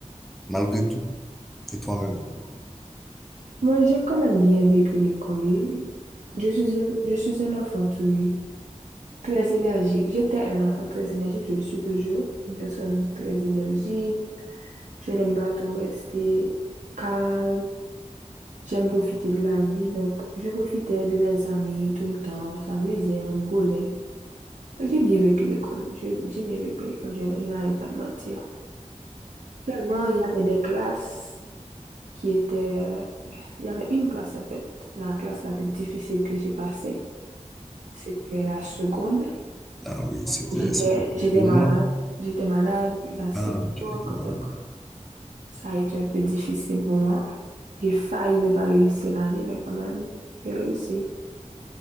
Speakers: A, in the centre; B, on the right.
A: malgré tout. Et toi-même?
B: Moi, j'ai quand même bien vécu l'école. Je suis un, je suis un enfant qui Très énergique. J'étais un enfant très énergique, je le suis toujours. Une personne très énergique. Je n'aime pas trop rester calme. J'aime profiter de la vie. Donc, je profitais de mes amis tout le temps. On s'amusait, on rigolait. Donc, j'ai bien vécu l'école. J'ai j'ai bien vécu l'école. Je, n- je n'allais pas de mentir. Seulement, il y avait des classes qui étaient... Il y avait une classe, en fait. La classe la plus difficile que j'ai passée, c'était la seconde.
A: Ah oui, c'était
B: J'étais,
A: c'était pour
B: j'étais
A: tout
B: malade.
A: le monde.
B: J'étais malade à cette
A: Ah,
B: époque,
A: tu as été malade.
B: donc ça a été un peu difficile pour moi. J'ai failli ne pas réussir l'année, mais quand même, j'ai réussi.